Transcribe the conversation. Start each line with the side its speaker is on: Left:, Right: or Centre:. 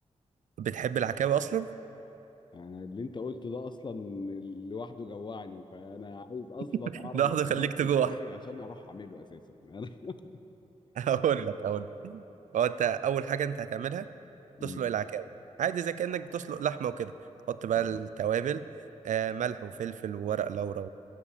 Right: بتحب العكاوي اصلا
Left: انا اللي انت قلته ده اصلا لوحده جوعني فانا عايز اصلا
Right: <laughs>
Left: اعرف
Right: لحظة
Left: انت
Right: خليك
Left: عملته
Right: تجوع
Left: ازاي
Right: <laughs>
Left: عشان اروح اعمله اساسا انا <laughs>
Right: اقول لك اقول لك هو انت اول حاجة انت هتعملها
Left: مم.
Right: تسلق العكاوي عادي زي كأنك بتسلق لحمة وكده تحط بقى
Left: مم.
Right: التوابل آه، ملح وفلفل وورق لورا